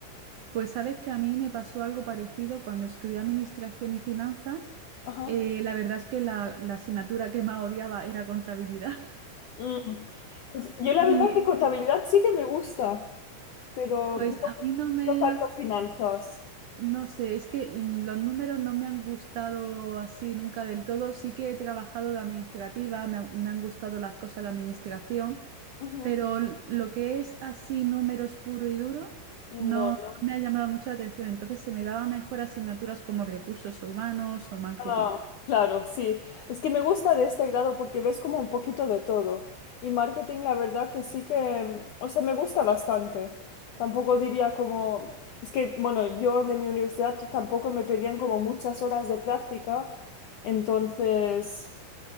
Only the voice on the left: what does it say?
Ajá.
Mm. Pues yo la
verdad que contabilidad sí que me gusta. pero
no
no tanto finanzas.
Ujú.
No,
no.
Ah, claro, sí. Es que me gusta de este grado porque ves como un poquito de todo. Y marketing, la verdad que sí que, mm, o sea, me gusta bastante. Tampoco diría como, es que, bueno, yo de mi universidad tampoco me pedían como muchas horas de práctica. Entonces...